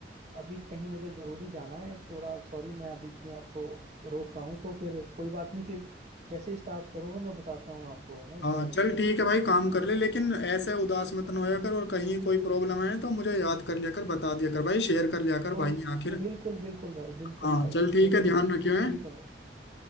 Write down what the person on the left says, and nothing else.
हाँ
चल
ठीक है भाई काम कर ले लेकिन ऐसे उदास मत ना होया कर और कहीं कोई प्रॉब्लम आए तो मुझे याद कर लिया कर बता दिया कर भाई शेयर कर लिया कर
भाई आखिर
हाँ
चल ठीक
है ध्यान
रखियो है